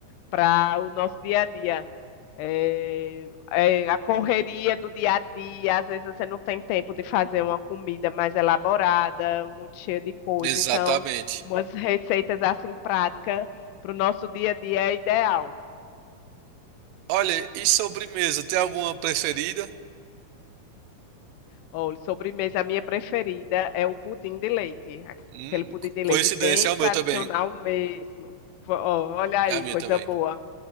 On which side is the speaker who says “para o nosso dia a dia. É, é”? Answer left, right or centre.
Left